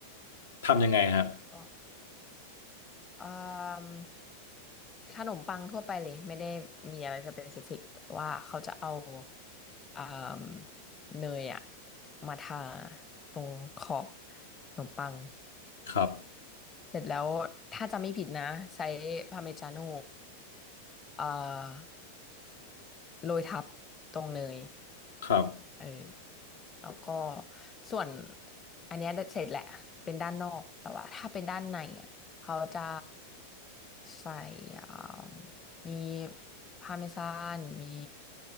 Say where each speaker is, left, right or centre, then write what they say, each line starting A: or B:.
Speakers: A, on the left; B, on the left.
A: ทำยังไงฮะ
B: ก็อามขนมปังทั่วไปเลยไม่ได้มีอะไรสเปซิฟิกว่าเขาจะเอาอมเนยอะมาทาตรงขอบขนมปัง
A: ครับ
B: เสร็จแล้วถ้าจำไม่ผิดนะใช้พาร์เมจาโน่เอ่อโรยทับตรงเนย
A: ครับ
B: เออแล้วก็ส่วนอันเนี้ยเสร็จแหละเป็นด้านนอกแต่ว่าถ้าเป็นด้านในอ่ะเขาจะใส่อ่ามีพาเมซานมี